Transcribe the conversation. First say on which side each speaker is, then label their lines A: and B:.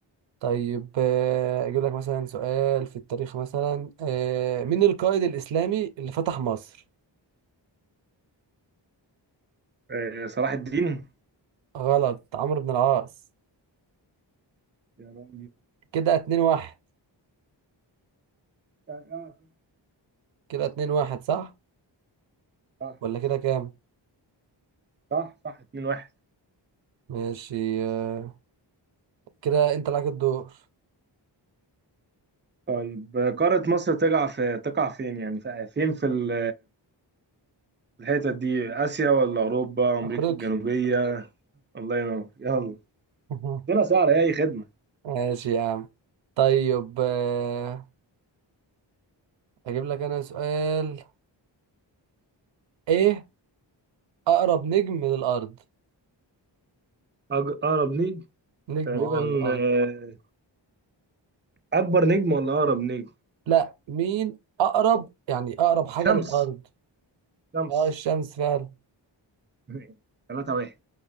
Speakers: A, on the right; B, on the right.
A: طيب آه، اجيب لك مثلا سؤال في التاريخ مثلا آه، مين القائد الاسلامي اللي فتح مصر
B: آه، صلاح الدين
A: غلط عمرو بن العاص
B: يا راجل
A: كده اتنين واحد
B: آه،
A: كده اتنين واحد صح
B: صح
A: ولا كده كام
B: صح صح 2-1
A: ماشي آه، كده انت لك الدور
B: طيب آه، قارة مصر تقع في تقع فين يعني في- فين في ال- في الحتة دي آسيا ولا أوروبا أمريكا
A: افريقيا
B: الجنوبية الله ينور يلا
A: <laughs>
B: طلع سهلة أي خدمة
A: ماشي يا عم طيب آه، اجيب لك انا سؤال ايه اقرب نجم للارض
B: أج- أقرب نجم
A: نجم
B: تقريبا
A: اه للارض
B: آه، أكبر نجم ولا أقرب نجم
A: لا مين اقرب يعني اقرب حاجة
B: شمس
A: للارض
B: شمس
A: اه الشمس فعلا
B: <laughs> ثلاثة واحد